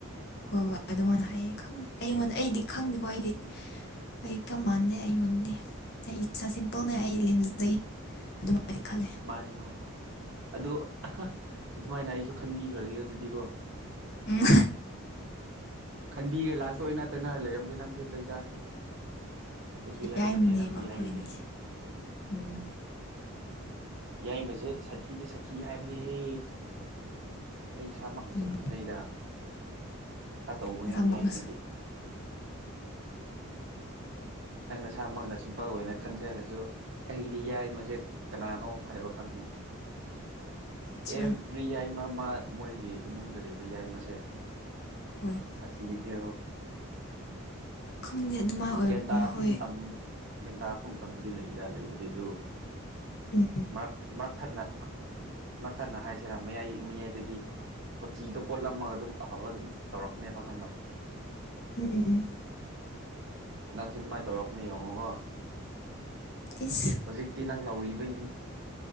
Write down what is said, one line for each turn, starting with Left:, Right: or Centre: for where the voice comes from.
Left: ꯍꯣꯏ ꯍꯣꯏ ꯑꯗꯨꯃꯣꯟꯅ ꯍꯥꯏꯌꯦ ꯈꯪꯗꯦ ꯑꯩꯉꯣꯟꯗ ꯑꯩꯗꯤ ꯈꯪꯗꯦꯀꯣ ꯑꯩꯗꯤ ꯑꯩ ꯀꯞ ꯃꯥꯟꯗꯦ ꯑꯩꯉꯣꯟꯗꯦ ꯑꯩ ꯏꯁꯥ ꯁꯤꯝꯄꯜꯅꯦ ꯑꯩ ꯂꯦꯝꯖꯩ ꯑꯗꯨꯃꯥꯏꯗꯤ ꯈꯜꯂꯦ
Right: ꯃꯥꯅꯦ ꯃꯥꯅꯦ ꯑꯗꯣ ꯑꯗꯨꯃꯥꯏꯅ ꯑꯩꯁꯨ ꯈꯟꯕꯤꯈ꯭ꯔꯒꯦ ꯑꯗꯨꯗꯤꯀꯣ
Left: ꯎ
Right: ꯈꯟꯕꯤꯔꯦ ꯂꯥꯁꯇ ꯑꯣꯏꯅ ꯇꯅꯔ ꯂꯩꯔꯝꯁꯦ ꯅꯪꯁꯨ ꯆꯩꯆꯥꯥꯅꯤꯍꯦ ꯑꯩꯁꯨ ꯌꯥꯏꯃꯅꯦ
Left: ꯌꯥꯏꯃꯅꯦꯕ
Right: ꯅꯪꯁꯨ
Left: ꯑꯩꯈꯣꯏ
Right: ꯌꯥꯏꯃꯅꯦ
Left: ꯑꯅꯤꯁꯦ ꯎꯝ
Right: ꯌꯥꯏꯕꯁꯦ ꯁꯥꯊꯤꯗ ꯁꯥꯊꯤ ꯍꯥꯏꯕꯅꯤꯍꯦ ꯑꯩ ꯏꯁꯥꯃꯛꯅꯁꯨ
Left: ꯎꯝ
Right: ꯈꯪꯖꯩꯗ ꯈꯔ ꯇꯧꯕꯅꯦ
Left: ꯅꯁꯥꯃꯛꯅꯁꯨ
Right: ꯌꯥꯏꯃꯗꯤ ꯅꯪ ꯅꯁꯥꯃꯛꯅ ꯁꯤꯝꯄꯜ ꯑꯣꯏꯅ ꯈꯟꯖꯔꯁꯨ ꯑꯩꯒꯤꯗꯤ ꯌꯥꯏ ꯃꯁꯦ ꯀꯅꯥꯅꯣ ꯍꯥꯏꯕ ꯈꯪꯉꯦ
Left: ꯑꯠꯆꯥ
Right: ꯑꯦꯕ꯭ꯔꯤ ꯌꯥꯏꯃ ꯃꯥ ꯃꯣꯏꯒꯤ ꯏꯃꯨꯡꯗ ꯌꯥꯏꯃꯁꯦ
Left: ꯍꯣꯏ
Right: ꯁꯥꯊꯤꯗꯦꯕꯣ
Left: ꯈꯪꯗꯦ ꯑꯗꯨꯃꯥꯏꯅ ꯑꯣꯏꯕ꯭ꯔꯥ
Right: ꯒ꯭ꯌꯥꯟ ꯇꯥꯔꯛꯄ
Left: ꯍꯣꯏ
Right: ꯃꯇꯝ ꯒ꯭ꯌꯥꯟ ꯇꯥꯔꯛꯄ ꯃꯇꯝꯗꯗꯤ ꯂꯩꯗ ꯂꯩꯕꯗꯤ ꯑꯗꯨ
Left: ꯎꯝ
Right: ꯃꯔꯛ ꯃꯔꯛꯊꯠꯅ ꯃꯛꯊꯠꯅ ꯍꯥꯏꯁꯤꯔꯥ ꯃꯌꯥꯏ ꯃꯌꯥꯏꯗꯗꯤ ꯀꯣꯆꯤꯗꯣ ꯀꯣꯠꯂꯝꯃꯒ ꯑꯗꯨꯝ ꯑꯐꯕ ꯑꯗꯨꯝ ꯇꯧꯔꯛꯅꯦꯕ ꯈꯪꯕ꯭ꯔꯥ
Left: ꯎꯝ ꯎꯝ ꯎꯝ
Right: ꯅꯪꯁꯨ ꯑꯗꯨꯃꯥꯏꯅ ꯇꯧꯔꯛꯀꯅꯦ ꯌꯦꯡꯉꯣꯀꯣ
Left: ꯏꯁ
Right: ꯍꯧꯖꯤꯛꯇꯤ ꯅꯪ ꯅꯧꯔꯤꯕꯩꯅꯤ